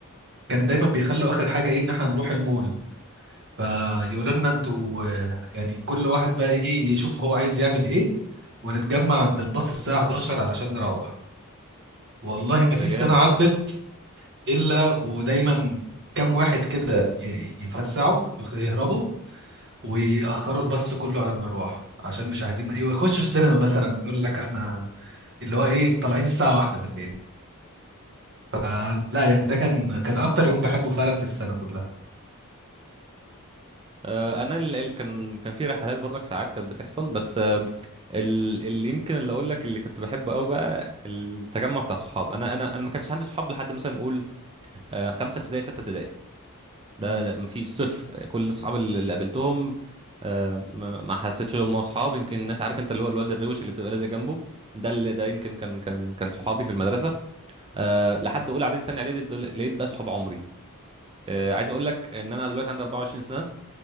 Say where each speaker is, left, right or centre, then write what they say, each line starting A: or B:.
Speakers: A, on the right; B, on the right.
A: كان دايما بيخلوا اخر حاجة ايه ان احنا نروح المول فيقولوا لنا انتوا آه، يعني كل واحد بقى ايه يشوف هو عايز يعمل ايه ونتجمع عند الباص الساعة 11 علشان نروح والله ما فيش
B: ده جامد
A: سنة عدت
B: ده
A: إلا ودايما كام واحد كده ي- يفلسعوا يخ- يهربوا ويأخروا الباص كله على المروح عشان مش عايزين يخشوا السينما مثلا ويقول لك احنا اللي هو ايه طالعين الساعة واحدة بالليل فلا يعني ده كان كان أكتر يوم بحبه فعلا في السنة كلها
B: آه، انا اللي كان كان في رحلات برضك ساعات كانت بتحصل بس آه، ال- اللي يمكن اللي اقول لك اللي كنت بحبه قوي بقى التجمع بتاع الصحاب انا انا انا ما كانش عندي صحاب لحد مثلا نقول آه، خمسه ابتدائي سته ابتدائي ده,
A: مم.
B: ده مفيش صفر كل الصحاب اللي اللي قابلتهم آه، ما ما حسيتش ان هم اصحاب يمكن الناس عارف انت اللي هو الولد الروش اللي بتبقى لازق جنبه ده اللي ده يمكن كان كان كان صحابي في المدرسه أه لحد اولى اعدادي ثانيه اعدادي دول- لقيت بقى صحاب عمري أه عايز اقول لك ان انا دلوقتي عندي 24 سنه